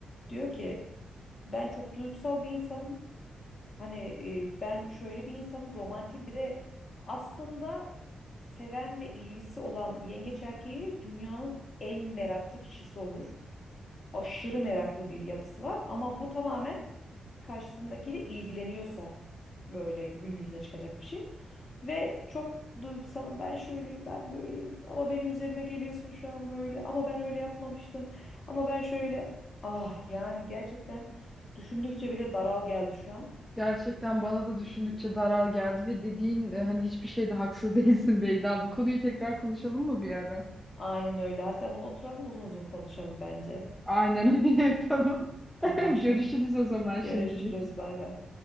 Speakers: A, on the left (about 50°); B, in the centre.
A: Diyor ki ben çok duygusal bir insanım. Hani e, ben şöyle bir insanım, romantik bir de aslında seven ve ilgisi olan yengeç erkeği dünyanın en meraklı kişisi olur. Aşırı meraklı bir yapısı var ama bu tamamen karşısındakiyle ilgileniyorsa böyle gün yüzüne çıkacak bir şey. Ve çok duygusalım ben şöyleyim ben böyleyim ama benim üzerime geliyorsun şu an böyle ama ben öyle yapmamıştım ama ben şöyle ah yani gerçekten düşündükçe bile daral geldi şu an.
B: <laughs> Gerçekten bana da düşündükçe daral geldi ve dediğin e, hani hiçbir şeyde haksız <laughs> değilsin Beyda. Bu konuyu tekrar konuşalım mı bir ara?
A: Aynen öyle hatta bunu oturalım uzun uzun konuşalım bence.
B: Aynen öyle yapalım.
A: Tamam
B: <laughs>
A: şimdi
B: Görüşürüz o zaman
A: görüşürüz
B: şimdilik.
A: bay bay.